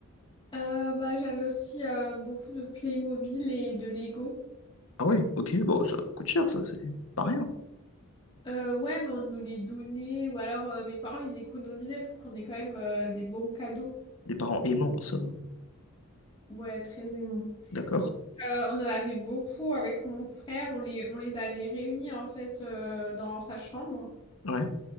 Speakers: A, on the left (about 20°); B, on the left (about 65°).
A: Euh, bah j'avais aussi euh, beaucoup de Playmobil et de Lego.
B: Ah ouais, ok, bon, ça coûte cher, ça, c'est pas rien.
A: Euh, ouais, mais on nous les donnait, ou alors euh, mes parents ils économisaient pour qu'on ait quand même euh, des bons cadeaux.
B: Des parents aimants, en somme.
A: Ouais, très aimant.
B: D'accord.
A: Euh, on en avait beaucoup avec mon frère, on les, on les avait réunis en fait euh, dans sa chambre.
B: Ouais.